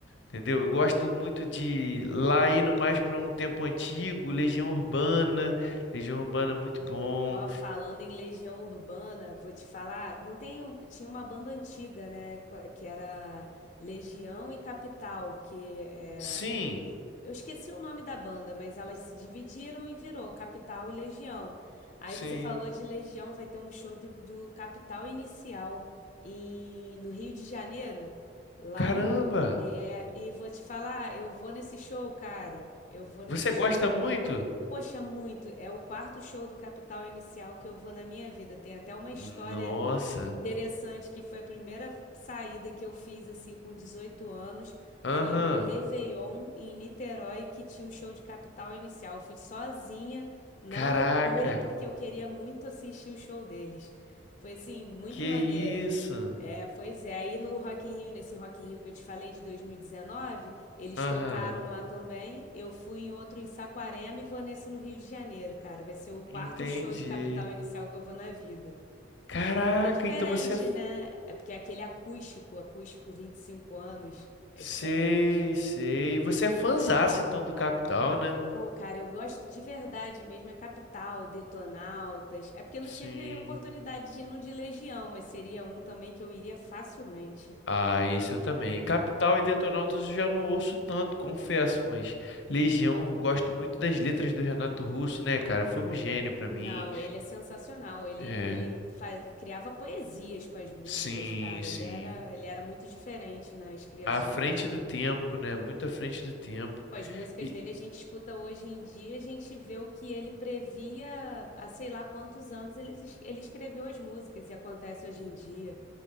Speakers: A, on the left (about 75°); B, on the left (about 45°).
A: entendeu? Eu gosto muito de lá indo mais para um tempo antigo, Legião Urbana. Legião Urbana é muito bom.
B: Ó, falando em Legião Urbana, vou te falar, não tem, um- tinha uma banda antiga, né, co- que era Legião e Capital, que é
A: Sim,
B: Eu esqueci o nome da banda, mas elas se dividiram e virou Capital e Legião. Aí
A: sim.
B: você falou de Legião, vai ter um show do, do Capital Inicial em, no Rio de Janeiro, lá
A: Caramba!
B: no. É, e vou te falar, eu vou nesse show, cara. Eu vou nesse
A: Você
B: show.
A: gosta muito?
B: Poxa, muito. É o quarto show do Capital Inicial que eu vou na minha vida. Tem até uma história
A: Nossa.
B: interessante que foi a primeira saída que eu fiz assim com 18 anos.
A: Aham.
B: Foi num Réveillon em Niterói que tinha o show de Capital Inicial. Eu fui sozinha, na
A: Caraca.
B: loucura, porque eu queria muito assistir o show deles. Foi assim, muito
A: Que
B: maneiro.
A: isso?
B: É, pois é. Aí no Rock in Rio, nesse Rock in Rio que eu te falei de 2019, eles
A: Aham.
B: tocaram lá também. Eu fui em outro em Saquarema e vou nesse no Rio de Janeiro, cara. Vai ser o quarto
A: Entendi.
B: show de capital inicial que eu vou na vida.
A: Caraca,
B: Vai ser diferente,
A: então você é. f-
B: né? É porque é aquele acústico, acústico 25 anos, é
A: Sei,
B: diferente.
A: sei. Você é fãzaço então do Capital, né?
B: Pô, cara, eu gosto de verdade mesmo, é Capital, Detonautas. É porque eu não
A: Sim.
B: tive oportunidade de ir no de Legião, mas seria um também que eu iria facilmente.
A: Ah, isso eu também. Capital e Detonautas eu já não ouço tanto, confesso, mas Legião, eu gosto muito das letras do Renato Russo, né, cara? Foi um gênio pra mim.
B: Não, ele é sensacional. Ele,
A: É.
B: ele faz, criava poesias com as músicas,
A: Sim,
B: cara.
A: sim.
B: Ele era, ele era muito diferente nas criações.
A: À frente do tempo, né? Muito à frente do tempo.
B: Pô, as músicas
A: E
B: dele a gente escuta hoje em dia, a gente vê o que ele previa há sei lá quantos anos ele, es- ele escreveu as músicas e acontece hoje em dia.